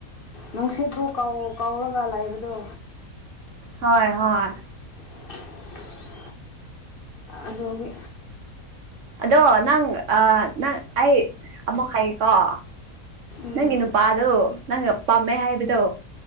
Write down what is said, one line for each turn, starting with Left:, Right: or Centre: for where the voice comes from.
Left: ꯅꯨꯡꯁꯤꯠꯄꯨ ꯀꯥꯎ ꯀꯥꯎꯔꯒ ꯂꯥꯏꯕꯗꯣ
Right: ꯍꯣꯏ ꯍꯣꯏ
Left: <unintelligible> ꯑꯗꯨꯒꯤ
Right: ꯑꯗꯣ ꯅꯪ ꯅꯪ ꯑꯩ ꯑꯃꯨꯛ ꯍꯥꯏꯌꯦꯀꯣ
Left: ꯎꯝ
Right: ꯅꯪꯒꯤ ꯅꯨꯄꯥꯗꯣ ꯅꯪꯒ ꯄꯥꯝꯃꯦ ꯍꯥꯏꯕꯗꯣ